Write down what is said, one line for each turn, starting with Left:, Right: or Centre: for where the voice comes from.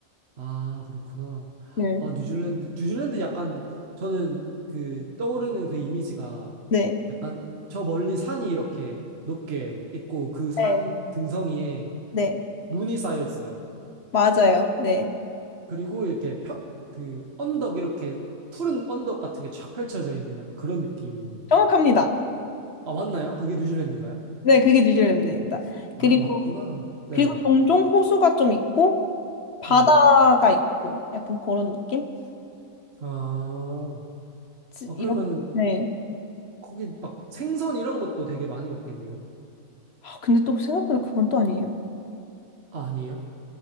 Right: 아, 그렇구나.
Left: 네.
Right: 아, 뉴질랜드, 뉴질랜드 약간 저는 그 떠오르는 그 이미지가
Left: 네.
Right: 약간 저 멀리 산이 이렇게 높게 있고 그 산
Left: 네,
Right: 등성이에
Left: 네,
Right: 눈이 쌓여 있어요.
Left: 맞아요. 네.
Right: 그리고 이렇게 펴, 그 언덕 이렇게 푸른 언덕 같은 게 쫙 펼쳐져 있는 약간 그런 느낌인데.
Left: 정확합니다.
Right: 아, 맞나요? 그게 뉴질랜드인가요?
Left: 네, 그게 뉴질랜드입니다.
Right: 아,
Left: 그리고,
Right: 맞구나. 네.
Left: 그리고 종종 호수가 좀 있고, 바다가
Right: 음.
Left: 있고, 약간 그런 느낌?
Right: 아,
Left: 지-
Right: 아 그러면
Left: 이런,
Right: 은
Left: 네.
Right: 거기 막 생선 이런 것도 되게 많이 먹겠네요.
Left: 아, 근데 또 생각보다 그건 또 아니에요.
Right: 아, 아니에요?